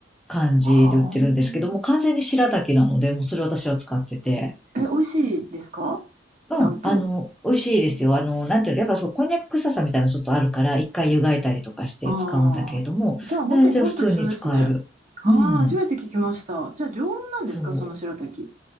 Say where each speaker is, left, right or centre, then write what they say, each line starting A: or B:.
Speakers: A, in the centre; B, on the right (about 40°).
A: 感じで売ってるんですけども、
B: はあ。
A: 完全に白滝なので、もうそれ私は使ってて。
B: え、美味しいですかちゃんと。
A: うん、あの、美味しいですよ。あの、なんていうの、やっぱそう、こんにゃく臭さみたいなのちょっとあるから、一回湯がいたりとかして使うんだけれども、
B: ああ、じゃあ本当に日本と一緒ですね。
A: 全然普通に使える。
B: ああ、
A: うん。
B: 初めて聞きました。じゃあ常温なんですか、
A: そう。
B: その白滝。